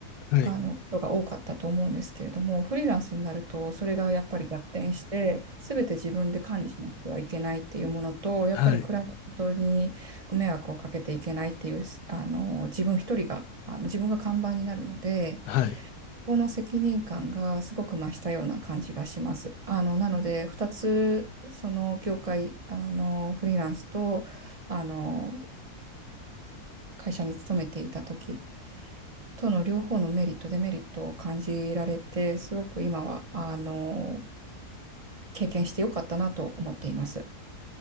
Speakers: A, on the left; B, on the right.
A: はい、
B: あのことが多かったと思うんですけれども、フリーランスになると、それがやっぱり逆転して、すべて自分で管理しなくてはいけないっていうものと、やっぱりクライアントにご迷惑をかけていけないっていう、
A: はい、
B: あの自分一人が、あの自分が看板になるので、
A: はい。
B: この責任感がすごく増したような感じがします。あのなので、2つ、その業界、あのフリーランスと、あの会社に勤めていた時との両方のメリット、デメリットを感じられて、すごく今は、あの、経験してよかったなと思っています。